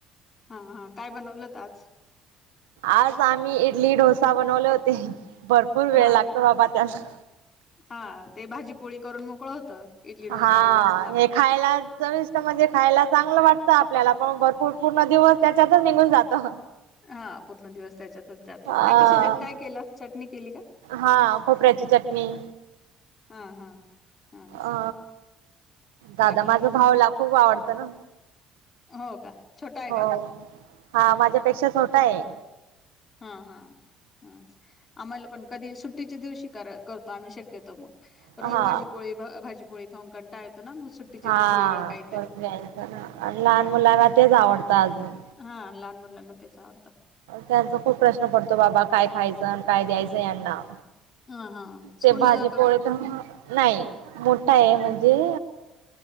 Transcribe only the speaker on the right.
आज आम्ही इडली, डोसा बनवले होते. भरपूर वेळ
लागतो
बाबा त्याला.
हा
हे खायला चविष्ट म्हणजे खायला चांगलं वाट त आपल्याला पण भरपूर पूर्ण दिवस त्याच्यातच निघून जातो.
अ
हा खोपऱ्याची चटणी.
अ दादा
माझा भाऊला खूप आवडतं ना.
हो
हा माझ्यापेक्षा छोटा आहे.
हा
हा
करून घ्यायचं ना आणि लहान मुलांना तेच आवडतं अजून
त्यांचा खूप प्रश्न पडतो बाबा काय खायचं काय द्यायचं यांना
ते भाजी
पोळत
नाही. मोठा आहे म्हणजे